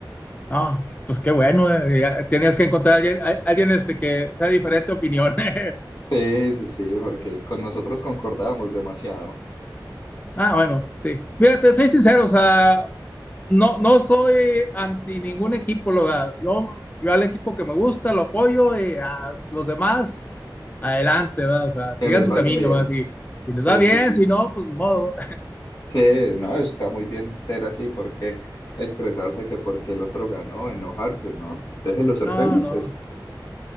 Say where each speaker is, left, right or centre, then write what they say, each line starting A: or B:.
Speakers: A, on the left; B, on the left.
A: No, pues qué bueno, ¿eh? Ya Tenías que encontrar a alguien, a- alguien este, que sea de diferente opinión. <laughs>
B: Sí, sí, sí, porque con nosotros concordábamos demasiado.
A: Ah, bueno, sí. Mira, te soy sincero, o sea, no, no soy anti ningún equipo, lo, yo, yo al equipo que me gusta lo apoyo y a los demás, adelante, ¿verdad? O sea,
B: Que
A: sigan
B: les
A: su
B: vaya
A: camino,
B: bien.
A: ¿verdad? Si, si les
B: Sí,
A: va bien,
B: sí, sí.
A: si no, pues ni modo. <laughs>
B: Sí, no, está muy bien ser así, porque estresarse que porque el otro ganó, enojarse, ¿no? Déjelo ser
A: No,
B: felices.
A: no.